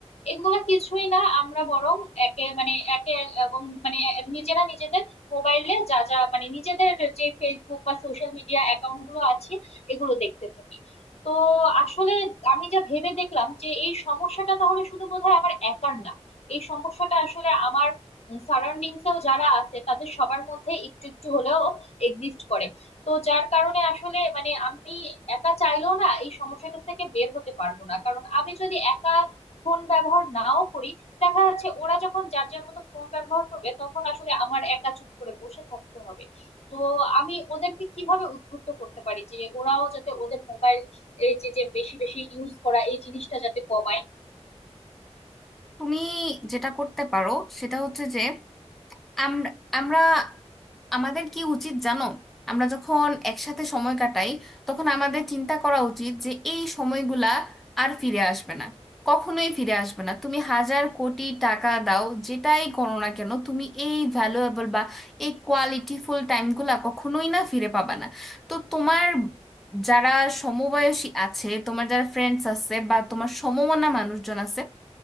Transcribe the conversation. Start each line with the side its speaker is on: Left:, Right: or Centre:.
Left: এগুলা কিছুই না আমরা বরং একে মানে একে উম, মানে নিজেরা নিজেদের মোবাইলে যা যা মানে নিজেদের যে ফেসবুক বা সোশ্যাল মিডিয়া অ্যাকাউন্ট গুলো আছে এগুলো দেখতে থাকি তো আসলে আমি যা ভেবে দেখলাম যে এই সমস্যাটা তাহলে শুধু বোধহয় আমার একার না এই সমস্যাটা আসলে আমার সারাউন্ডিংসেও যারা আছে তাদের সবার মধ্যে একটু একটু হলেও এক্সিস্ট করে তো যার কারণে আসলে মানে আমি একা চাইলেও না এই সমস্যাটা থেকে বের হতে পারবো না কারণ আমি যদি একা ফোন ব্যবহার নাও করি দেখা যাচ্ছে ওরা যখন যার যার মতো ফোন ব্যবহার করবে তখন আসলে আমার একা চুপ করে বসে থাকতে হবে তো আমি ওদেরকে কিভাবে উদ্বুদ্ধ করতে পারি যে ওরাও যাতে ওদের মোবাইল এই যে যে বেশি বেশি ইউজ করা এই জিনিসটা যাতে কমায়
Centre: তুমি যেটা করতে পারো সেটা হচ্ছে যে আমরা আমরা আমাদের কি উচিত জানো আমরা যখন একসাথে সময় কাটাই তখন আমাদের চিন্তা করা উচিত যে এই সময়গুলা আর ফিরে আসবে না কখনোই ফিরে আসবে না তুমি হাজার কোটি টাকা দাও যেটাই করো না কেন তুমি এই ভ্যালুয়েবল বা এই কোয়ালিটিফুল টাইমগুলা কখনোই না ফিরে পাবা না তো তোমার যারা সমবয়সী আছে তোমার যারা ফ্রেন্ডস আছে বা তোমার সমমনা মানুষজন আছে